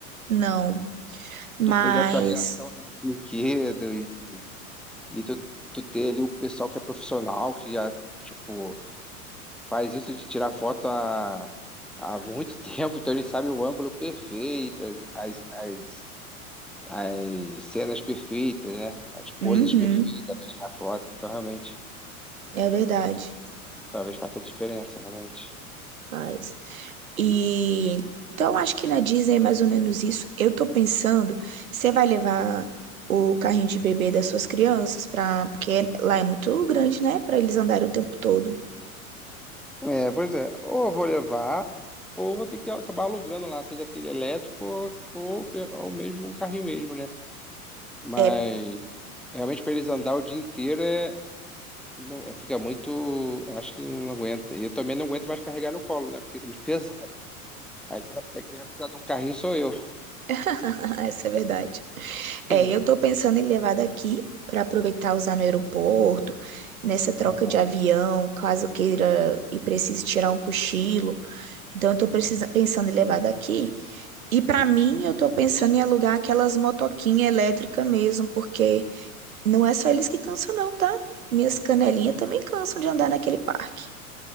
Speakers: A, on the right; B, in the centre.
A: Não. Mas.
B: Tu pegar a tua reação ali nos brinquedos e, e tu, tu ter ali o pessoal que é profissional, que já, tipo, faz isso de tirar foto há, há muito <laughs> tempo, então ele sabe o ângulo perfeito, as, as, as, as cenas perfeitas, né? As poses
A: Uhum,
B: perfeitas para tirar foto. Então, realmente,
A: é verdade.
B: talvez, talvez faça diferença, realmente.
A: Faz. E então acho que na Disney é mais ou menos isso. Eu tô pensando, você vai levar o carrinho de bebê das suas crianças para, porque lá é muito grande, né, Pra eles andarem o tempo todo.
B: É, pois é. Ou eu vou levar, ou vou ter que acabar alugando lá, seja aquele elétrico ou, ou, pe- ou mesmo o carrinho mesmo, né? Mas
A: É,
B: realmente para eles andar o dia inteiro é, não- é- fica muito. Acho que não aguenta. E eu também não aguento mais carregar no colo, né? Porque isso é muito pesado. Aí quem vai, quem vai precisar de um carrinho sou eu.
A: <laughs> essa é a verdade. É,
B: <laughs>
A: eu tô pensando em levar daqui pra aproveitar e usar no aeroporto, nessa troca
B: É, Aham.
A: de avião, caso queira e precise tirar um cochilo. Então eu tô precisa- pensando em levar daqui E para mim, eu tô pensando em alugar aquelas motoquinhas elétricas mesmo, porque não é só eles que cansam, não, tá? Minhas canelinhas também cansam de andar naquele parque.